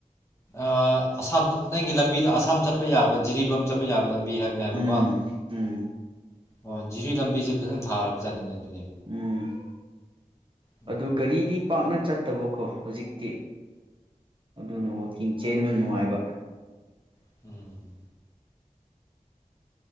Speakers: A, on the left; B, on the right.
A: ꯑꯥ ꯑꯁꯥꯝ ꯅꯪꯒꯤ ꯂꯝꯕꯤꯗꯣ ꯑꯁꯥꯝ ꯆꯠꯄ ꯌꯥꯕ ꯖꯤꯔꯤꯕꯥꯝ ꯆꯠꯄ ꯌꯥꯕ ꯂꯝꯕꯤ ꯍꯥꯏ ꯅꯦꯕꯀꯣ
B: ꯎꯝ ꯎꯝ
A: ꯑꯣ ꯖꯤꯔꯤ ꯂꯝꯕꯤꯖꯦ ꯐꯖꯅ ꯊꯥꯔꯕ ꯖꯥꯠꯅꯤꯅꯦ ꯑꯗꯨꯗꯤ
B: ꯎꯝ
A: ꯎꯝ
B: ꯑꯗꯨ ꯒꯥꯔꯤꯗꯤ ꯄꯥꯛꯅ ꯆꯠꯇꯕꯀꯣ ꯍꯨꯖꯤꯛꯇꯤ ꯑꯗꯨꯅ ꯋꯥꯛꯀꯤꯡ ꯆꯦꯟꯕ ꯅꯨꯡꯉꯥꯏꯕ
A: ꯎꯝ